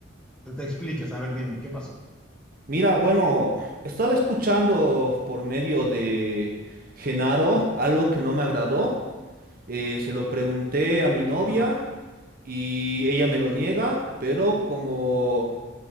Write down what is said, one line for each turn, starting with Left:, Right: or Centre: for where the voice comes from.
Centre: te, te expliques. A ver, dime, ¿qué pasó?
Right: Mira, bueno, he estado escuchando por medio de Genaro algo que no me agradó. Eh, se lo pregunté a mi novia
Centre: Ajá.
Right: y ella me lo niega, pero como...